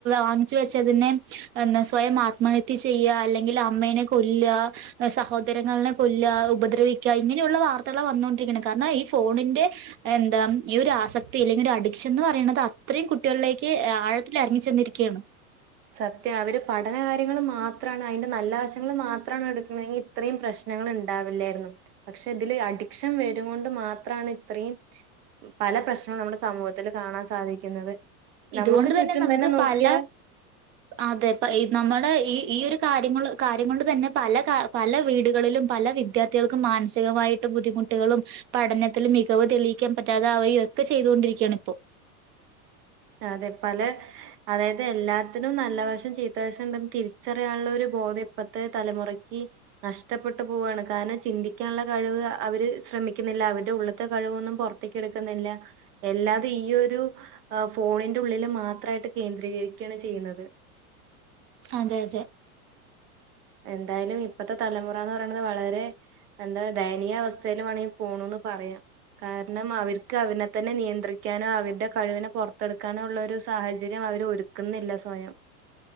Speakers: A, on the right; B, on the right.
A: വാങ്ങിച്ച് വെച്ചതിനെ എന്താ സ്വയം ആത്മഹ ത്യ ചെയ്യ അല്ലെങ്കിൽ അമ്മേനെ കൊല്ല സഹോദരങ്ങളെ കൊ ല്ല ഉപദ്രവിക്ക ഇങ്ങനെയുള്ള വാർത്തകള വന്നോണ്ടിരിക്കണേ കാരണം ഈ ഫോണിന്റെ എന്താ ഈ ഒരു ആസക്തി അല്ലെങ്കിൽ ഒരു അഡിക്ഷൻ എന്ന് പറയണത് അത്രയും കുട്ടികളിലേക്ക് ആഴത്തിൽ ഇറങ്ങി ചെന്നിരിക്കയാണ്
B: സത്യാ അവര് പഠന കാര്യങ്ങള് മാത്രാണ് അയിന്റെ നല്ല വശങ്ങള് മാത്രാണ് എടുക്കുന്നെങ്കി ഇത്രയും പ്രശ്നങ്ങള് ഇണ്ടാവില്ലായിരുന്നു പക്ഷെ ഇതില് അഡിക്ഷൻ വരും കൊണ്ട് മാത്രാണ് ഇത്രയും പല പ്രശ്നവും നമ്മുടെ സമൂഹത്തിൽ കാണാൻ സാധിക്കുന്നത്
A: ഇതുകൊണ്ട്
B: നമുക്ക് ചുറ്റും
A: തന്നെ നമുക്ക്
B: നോക്കിയാൽ
A: പല അതെ ഇപ്പ നമ്മുടെ ഈ ഈ ഒരു കാര്യങ്ങള് കാര്യം കൊണ്ട് തന്നെ പല കാ പല വീടുകളിലും പല വിദ്യാർത്ഥികൾക്കും മാനസികമായിട്ട് ബുദ്ധിമുട്ടുകളും പഠനത്തില് മികവ് തെളിയിക്കാൻ പറ്റാതെ അവയും ഒക്കെ ചെയ്തുകൊണ്ടിരിക്കാണ് ഇപ്പോ
B: അതെ പല അതായത് എല്ലാത്തിനും നല്ല വശം ചീത്ത വശം ഉണ്ടെന്ന് തിരിച്ചറിയാനുള്ള ഒരു ബോധം ഇപ്പത്തെ തലമുറയ്ക്ക് നഷ്ടപ്പെട്ട് പോവാണ് കാരണം ചിന്തിക്കാനുള്ള കഴിവ് അവര് ശ്രമിക്കുന്നില്ല അവരുടെ ഉള്ളത്തെ കഴിവൊന്നും പൊറ ത്തക്ക് എടുക്കുന്നില്ല എല്ലാതെ ഈ ഒരു ആഹ് ഫോണിന്റെ ഉള്ളില് മാത്രായിട്ട് കേന്ദ്രീകരിക്കയാണ് ചെയ്യുന്നത്
A: അതെയതെ
B: എന്തായാലും ഇപ്പത്തെ തലമുറാന്ന് പറയ്ണത് വളരെ എന്താ ദയനീയ അവസ്ഥേല് മാണെങ്കി പോണുന്ന് പറയാ കാരണം അവർക്ക് അവനെ തന്നെ നിയന്ത്രിക്കാനോ അവരുടെ കഴിവിനെ പൊർത്തെടുക്കാനോ ഉള്ള ഒരു സാഹചര്യം അവര് ഒരു ക്കുന്നില്ല സ്വയം